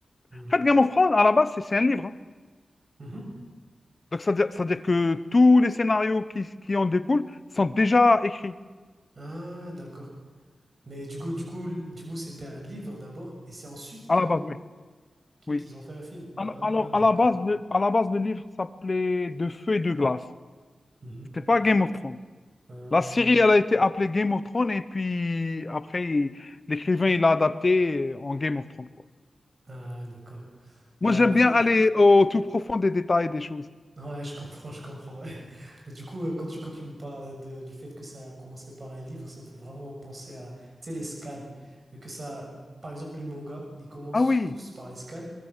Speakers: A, on the left; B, on the right.
A: En
B: Mhm.
A: fait, Game of Thrones, à la base, c'est c'est un livre. hein.
B: Mhm.
A: Donc, c'est-à-dire, c'est-à-dire que tous les scénarios qui, qui en découlent sont déjà écrits
B: Ah, d'accord. Mais du coup, du coup, du coup, c'était un livre d'abord, et c'est ensuite
A: à
B: que
A: la base, oui.
B: que
A: Oui.
B: qu'ils ont fait un film. Ah,
A: Alors, alors,
B: d'accord.
A: à la base, le, à la base, le livre s'appelait De feu et de glace.
B: Mhm.
A: C'était pas Game of Thrones.
B: Euh,
A: La série, elle a été appelée Game of Thrones et puis après, il- l'écrivain, il l'a adapté en Game of Thrones, quoi.
B: Ah, d'accord. Bah,
A: Moi, j'aime
B: en fait,
A: bien aller
B: <laughs>
A: au tout profond des détails des choses.
B: ouais, je comprends, je comprends. ouais. Mais du coup, euh, quand tu, quand tu me parles de, du fait que ça a commencé par un livre, ça me fait vraiment penser à, tu sais, les scans. Vu que ça, par exemple, les mangas, ils commencent
A: Ah oui,
B: tous par les scans